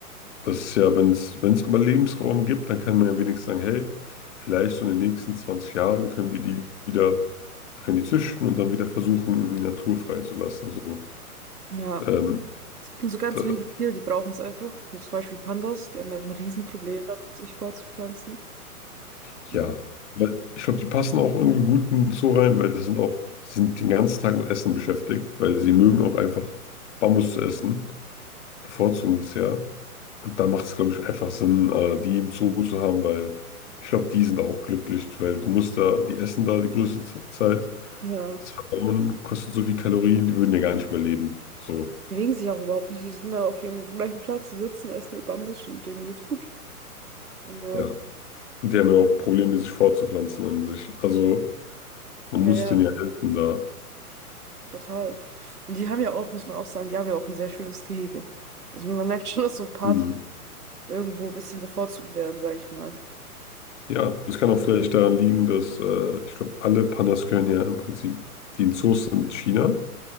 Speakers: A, on the left; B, on the right.
A: das ist ja, wenn es, wenn es aber Lebensraum gibt, dann kann man ja wenigstens sagen, hey, vielleicht so in den nächsten 20 Jahren können wir die wieder, wir können die züchten und dann wieder versuchen, in die Natur freizulassen. So,
B: Ja.
A: ähm,
B: Es gibt nur so ganz
A: da,
B: wenige Tiere, die brauchen es einfach. Wie zum Beispiel Pandas, die haben ja so ein Riesenproblem damit, sich fortzupflanzen.
A: Ja,
B: Ja.
A: aber ich glaube, die passen auch irgendwie gut in den Zoo rein, weil das sind auch, sie sind den ganzen Tag mit Essen beschäftigt, weil sie mögen auch einfach Bambus zu essen, bevorzugen das ja. Und da macht es, glaube ich, einfach Sinn, äh, die im Zoo zu haben, weil ich glaube, die sind auch glücklich, weil du musst da, die essen da die größte Z- Zeit.
B: Ja.
A: Das Verdauen kostet so viel Kalorien, die würden ja gar nicht überleben. So,
B: Bewegen sich auch überhaupt nicht. Die sind da auf ihrem gleichen Platz, die sitzen, essen ihr Bambus und denen geht's gut. Also,
A: ja. Und die haben ja auch Probleme, sich fortzupflanzen an sich. Also man
B: ja,
A: muss
B: ja,
A: denen ja helfen da.
B: total. Und die haben ja auch, muss man auch sagen, die haben ja auch ein sehr schönes Gehege. Also man merkt schon, dass so Party
A: Mhm.
B: irgendwo ein bisschen bevorzugt werden, sag ich mal.
A: Ja, das kann auch vielleicht daran liegen, dass äh, ich glaube, alle Pandas gehören ja im Prinzip, die in Zoos sind, China.